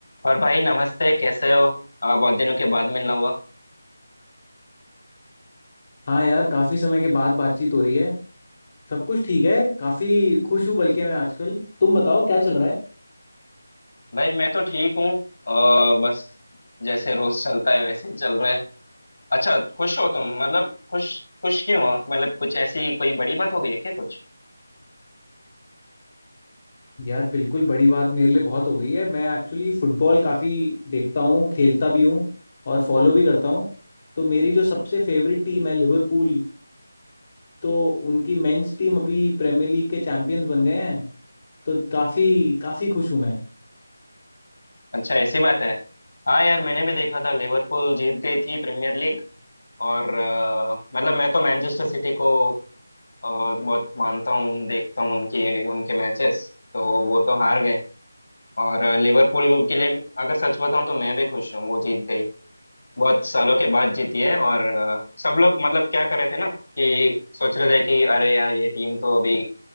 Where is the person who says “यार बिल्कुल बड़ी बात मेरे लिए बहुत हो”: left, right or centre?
Left